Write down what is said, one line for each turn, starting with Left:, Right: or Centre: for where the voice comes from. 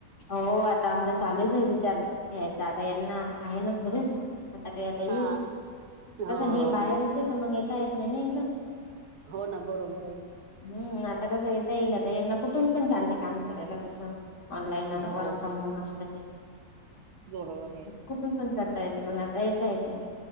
Left: हो आता आमचा चालूच आहे विचार यायचा आता यांना आहे ना घरून आता काही आता येऊ
Right: हा हो
Left: कसं हे बाहेर होते तर मग येता येत नाही ना एकदम
Right: हो ना बरोबर आहे
Left: हम् आता कसं येत येईल तर यांना कुठून पण चालते काम करायला तसं ऑनलाईन
Right: हो
Left: वर्क फ्रॉम होम असल की
Right: बरोबर आहे
Left: कुठून पण करता येते मग आता येत येते